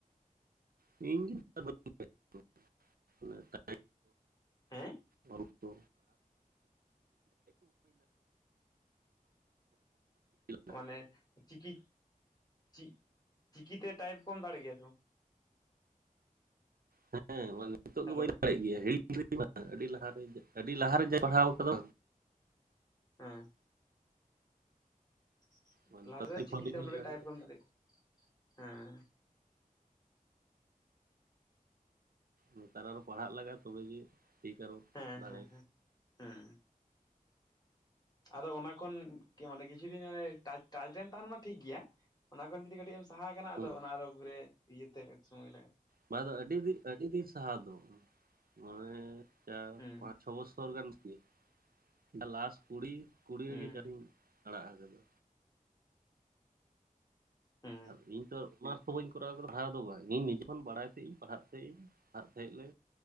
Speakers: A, on the right; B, on the left.
A: ᱤᱧ <unintelligible>
B: ᱦᱮᱸ
A: ᱚᱞ ᱠᱚ <unintelligible>
B: ᱢᱟᱱᱮ ᱪᱤᱠᱤ <unintelligible> ᱪᱤᱠᱤᱛᱮ ᱴᱟᱭᱤᱯ ᱠᱚᱢ ᱫᱟᱲᱮᱭᱟᱜ ᱜᱮᱭᱟ ᱛᱚ
A: ᱦᱮᱸ ᱢᱟᱱᱮ ᱱᱤᱛᱚᱜ
B: ᱦᱮᱞᱳ
A: ᱫᱚ ᱵᱟᱹᱧ ᱫᱟᱲᱮᱭᱟᱜ ᱜᱮᱭᱟ ᱦᱤᱲᱤᱧ <unintelligible> ᱟᱹᱰᱤ ᱞᱟᱦᱟ ᱨᱮ ᱟᱹᱰᱤ ᱞᱟᱦᱟᱨᱮ ᱡᱮ ᱯᱟᱲᱦᱟᱣ ᱟᱠᱟᱫᱟ
B: ᱦᱮᱸ <unintelligible>
A: ᱵᱟᱝ ᱱᱮᱛᱟᱨ ᱴᱟᱭᱤᱯ
B: ᱪᱤᱠᱤ
A: ᱟᱹᱰᱤ
B: ᱛᱮ
A: ᱜᱷᱟᱹᱲᱤᱡ
B: ᱱᱚᱸᱰᱮ
A: ᱞᱟᱜᱟᱜᱼᱟ
B: ᱴᱟᱭᱤᱯ ᱵᱟᱢ ᱫᱟᱲᱮᱭᱟᱜᱼᱟ ᱦᱮᱸ
A: ᱱᱮᱛᱟᱨ ᱟᱨᱦᱚᱸ ᱯᱟᱲᱦᱟᱜ ᱞᱟᱜᱟᱜᱼᱟ ᱛᱚᱵᱮ ᱡᱮ ᱴᱷᱤᱠ ᱟᱨᱦᱚᱸ
B: ᱦᱮᱸ
A: ᱫᱟᱲᱮ
B: ᱦᱮᱸ ᱦᱮᱸ ᱦᱮᱸ ᱟᱫᱚ ᱚᱱᱟ ᱠᱷᱚᱱ ᱠᱤ ᱢᱟᱱᱮ ᱠᱤᱪᱷᱩ ᱫᱤᱱ ᱴᱟᱪ ᱴᱟᱪ ᱨᱮᱢ ᱛᱟᱦᱮᱱ ᱢᱟ ᱴᱷᱤᱠ ᱜᱮᱭᱟ ᱚᱱᱟ ᱠᱷᱚᱱ ᱡᱩᱫᱤ ᱠᱟᱹᱴᱤᱡ ᱮᱢ ᱥᱟᱦᱟ ᱟᱠᱟᱱᱟ ᱟᱫᱚ
A: ᱦᱩᱸ
B: ᱚᱱᱟ ᱟᱨᱚ ᱜᱷᱩᱨᱮ ᱤᱭᱟᱹ ᱛᱮ ᱟᱹᱰᱤ ᱥᱚᱢᱚᱭ ᱞᱟᱜᱟᱜᱼᱟ
A: ᱵᱟᱝ ᱫᱚ ᱟᱹᱰᱤ ᱫᱤᱱ ᱟᱹᱰᱤ ᱫᱤᱱ ᱥᱟᱦᱟ ᱫᱚ ᱱᱚᱜᱼᱚᱭ ᱪᱟᱨ
B: ᱦᱩᱸ
A: ᱯᱟᱸᱪ ᱪᱷᱚ ᱵᱚᱪᱷᱚᱨ ᱜᱟᱱ ᱟᱨᱠᱤ <unintelligible> ᱞᱟᱥ ᱠᱩᱲᱤ ᱠᱩᱲᱤ
B: ᱦᱩᱸ
A: ᱨᱮᱜᱮ ᱟᱲᱟᱜ ᱟᱠᱟᱫᱟ
B: ᱦᱩᱸ
A: ᱟᱨ ᱤᱧ ᱛᱚ <unintelligible> ᱵᱟᱹᱧ ᱠᱚᱨᱟᱣ ᱠᱮᱫᱟ ᱯᱟᱲᱦᱟᱣ ᱫᱚ ᱵᱟᱝ ᱤᱧ ᱱᱤᱡᱮ ᱠᱷᱚᱱ ᱵᱟᱲᱟᱭ ᱛᱟᱦᱮᱸᱜ ᱤᱧ ᱯᱟᱲᱦᱟᱜ ᱛᱟᱦᱮᱸᱜ ᱤᱧ ᱯᱟᱲᱦᱟᱜ ᱛᱟᱦᱮᱸᱜ ᱞᱮ